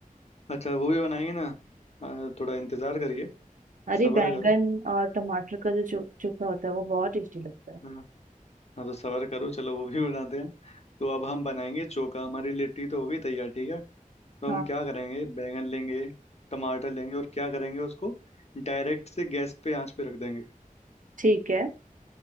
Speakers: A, on the left; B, on the right.
A: अच्छा वो भी बनाएंगे ना हाँ, थोड़ा इंतजार करिए
B: अरे
A: सब्र
B: बैंगन
A: करो
B: और टमाटर का जो चो, चोखा होता है वो बहुत टेस्टी लगता है
A: हाँ हाँ तो सब्र करो चलो वो भी <laughs> बनाते हैं तो अब हम बनाएंगे चोखा हमारी लिट्टी तो हो गई तैयार ठीक है तो हम
B: हाँ
A: क्या करेंगे बैंगन लेंगे टमाटर लेंगे और क्या करेंगे उसको डायरेक्ट से गैस पे आंच पे रख देंगे
B: ठीक है